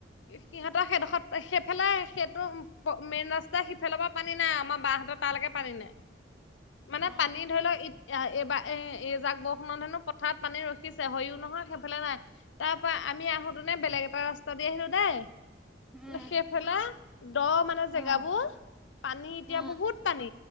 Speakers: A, on the left; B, in the centre.
A: সিহঁতৰ সেইডোখৰত সেইফালে সেইটো মেইন ৰাস্তা সিফালৰ পৰা পানী নাই আমাৰ বাহতৰ তালৈকে পানী নাই মানে
B: অ
A: পানী ধৰি লওক এ' এইবাৰ এ' এই যাক বৰষুণত সেনো পথাৰত পানী ৰখিছে হয়ও নহয় সেইফালে নাই তাৰ পা আমি আহোতে নে বেলেগ এটা ৰাস্তা দি আহিলো দেই।
B: উম
A: সেইফালে দ মানে জেগাবোৰ
B: অ
A: পানী এতিয়া
B: অ
A: বহুত পানী